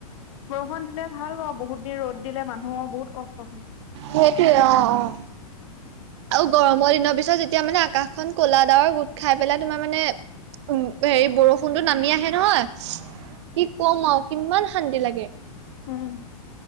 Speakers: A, on the left (about 55°); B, on the right (about 45°).
A: বৰষুণ দিলে ভাল ব বহুত দিন ৰ'দ দিলে মানুহৰ বহুত কষ্ট হয়।
B: সেইটোয়ে অ' অ' আৰু গৰমৰ দিনৰ পিছত যেতিয়া মানে আকাশ এখন ক'লা দাৱৰ গোট খাই পেলাই তোমাৰ মানে উ হেৰি বৰষুণতটো নামি আহে নহয়, কি কম আৰু কিমান শান্তি লাগে।
A: হম।